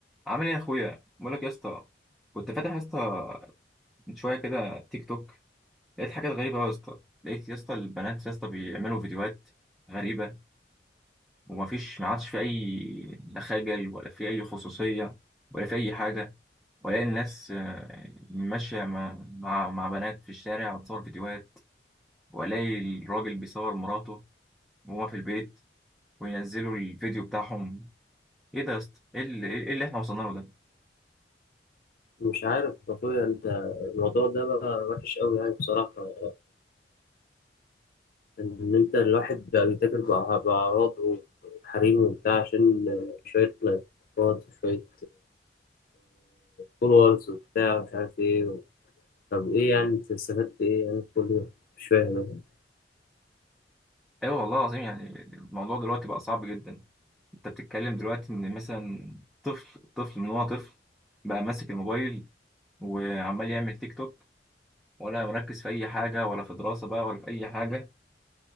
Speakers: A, in the centre; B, on the left.
A: عامل ايه يا اخويا بقول لك يا اسطى كنت فاتح يا اسطى من شويه كده تيك توك لقيت حاجات غريبه قوي يا اسطى لقيت يا اسطى البنات يا اسطى بيعملوا فيديوهات غريبه ومفيش ما عادش في اي لا خجل ولا في اي خصوصيه ولا في اي حاجه ولا الناس آه، ماشيه مع مع مع بنات في الشارع وتصور فيديوهات والاقي الراجل بيصور مراته وهما في البيت وينزلوا الفيديو بتاعهم ايه ده يا اسطى ايه اللي إيه اللي احنا وصلنا له ده
B: مش عارف يا اخويا انت الموضوع ده بقى وحش قوي يعني بصراحة ان انت الواحد بقى بيتاجر بأع- بأعراضه وحريمه وبتاع عشان شوية لايكات وشوية فولورز وبتاع مش عارف ايه طب ايه يعني انت استفدت ايه يعني كل ده مش فاهم
A: ايوه والله العظيم يعني الموضوع دلوقتي بقى صعب جدا انت بتتكلم دلوقتي ان مثلا طفل طفل من هو طفل بقى ماسك الموبايل وعمال يعمل تيك توك ولا مركز في اي حاجه ولا في دراسه بقى ولا في اي حاجه